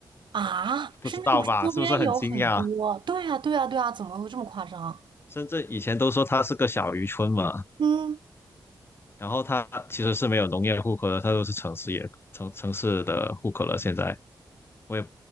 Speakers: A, on the right (about 80°); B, on the left (about 30°).
A: 啊，
B: 不知道吧？
A: 深圳不是周边有很多？
B: 是不是很惊讶？
A: 对呀，对呀，对呀，怎么会这么夸张？
B: 深圳以前都说它是个小渔村嘛，
A: 嗯，
B: 然后它其实是没有农业户口的，它都是城市也城城市的户口了。现在我也